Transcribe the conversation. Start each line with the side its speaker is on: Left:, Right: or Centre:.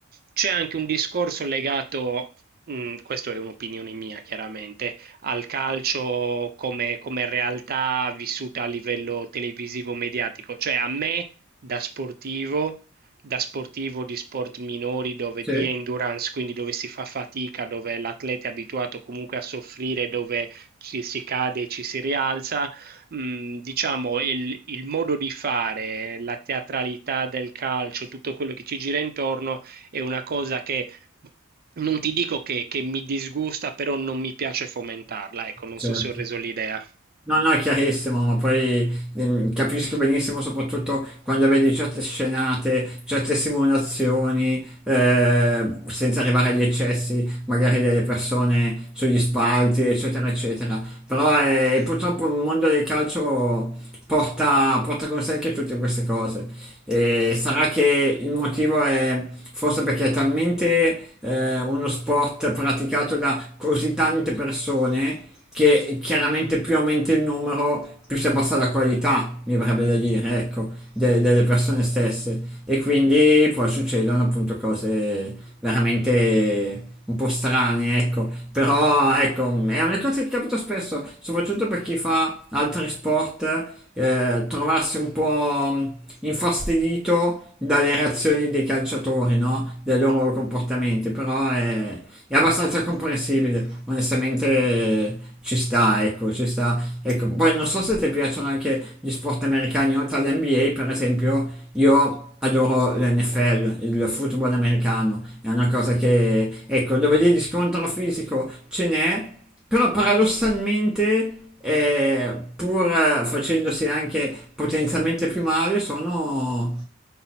Right: c'è anche un discorso legato, mh, questo è un'opinione mia chiaramente, al calcio come, come realtà vissuta a livello televisivo mediatico. Cioè, a me da sportivo da sportivo di sport minori dove
Centre: sì,
Right: di endurance, quindi dove si fa fatica, dove l'atleta è abituato comunque a soffrire, dove ci si cade e ci si rialza, mh, diciamo il, il modo di fare, la teatralità del calcio, tutto quello che ci gira intorno è una cosa che non ti dico che, che mi disgusta, però non mi piace fomentarla, ecco, non
Centre: certo.
Right: so se ho reso l'idea.
Centre: No, no, è chiarissimo, ma poi ehm, capisco benissimo soprattutto quando vedi certe scenate, certe simulazioni, eh, senza arrivare agli eccessi, magari delle persone sugli spalti, eccetera, eccetera. Però eh, purtroppo il mondo del calcio porta, porta con sé anche tutte queste cose. E sarà che il motivo è forse perché è talmente eh, uno sport praticato da così tante persone che chiaramente più aumenta il numero, più si abbassa la qualità, mi verrebbe da dire, ecco, de- delle persone stesse. E quindi poi succedono appunto cose veramente un po' strane, ecco. Però ecco, è una cosa che capita spesso, soprattutto per chi fa altri sport, eh, trovarsi un po' infastidito dalle reazioni dei calciatori, no? Dai loro comportamenti, però è, è abbastanza comprensibile, onestamente ci sta, ecco, ci sta. Ecco, poi non so se ti piacciono anche gli sport americani oltre all'NBA, per esempio, io adoro l'NFL, il football americano, è una cosa che, ecco, dove lì di scontro fisico ce n'è, però paradossalmente eh, pur eh, facendosi anche potenzialmente più male, sono,